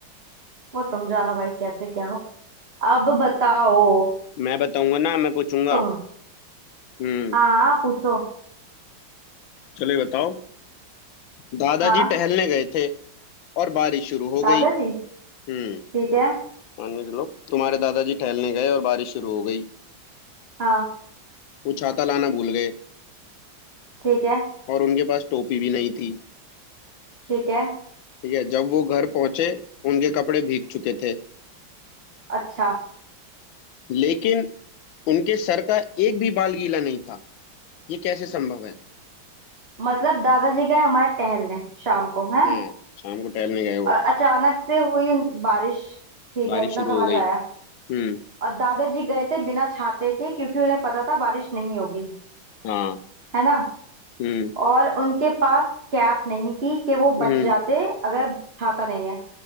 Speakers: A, on the right; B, on the left.
A: वो तुम जानो भाई कैसे क्या हो अब बताओ
B: मैं बताऊंगा ना मैं पूछूंगा
A: तुम
B: हम्म
A: हाँ हाँ पूछो
B: चलो ये बताओ दादाजी
A: हाँ
B: टहलने गए थे और बारिश शुरू हो
A: दादाजी
B: गई हम्म
A: ठीक है
B: मान के चलो तुम्हारे दादाजी टहलने गए और बारिश शुरू हो गई
A: हाँ
B: वो छाता लाना भूल गए
A: ठीक है
B: और उनके पास टोपी भी नहीं थी
A: ठीक है
B: ठीक है जब वो घर पहुंचे उनके कपड़े भीग चुके थे
A: अच्छा
B: लेकिन उनके सर का एक भी बाल गीला नहीं था ये कैसे संभव है
A: मतलब दादाजी गए हमारे टहलने शाम को है
B: हाँ शाम को टहलने गए वो
A: और अचानक से हुई उन- बारिश ठीक
B: बारिश
A: है इतना
B: शुरू
A: समझ
B: हो गई
A: आया
B: हम्म
A: और दादाजी गए थे बिना छाते के क्योंकि उन्हें पता था बारिश नहीं होगी
B: हाँ
A: है ना
B: हम्म
A: और उनके पास कैप नहीं थी कि वो
B: हम्म
A: बच जाते अगर छाता नहीं है